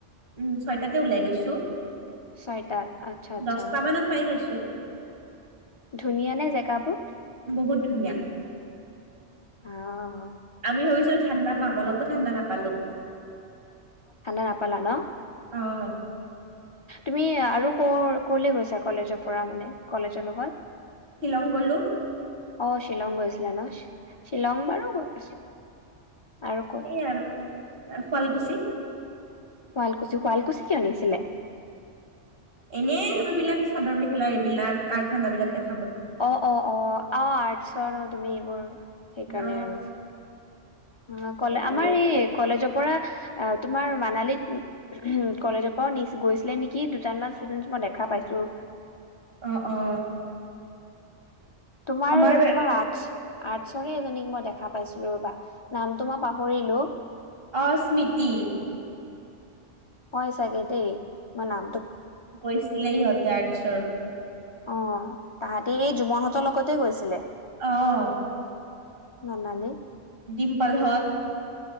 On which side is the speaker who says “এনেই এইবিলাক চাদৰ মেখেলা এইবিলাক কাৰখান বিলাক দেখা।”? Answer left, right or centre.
Right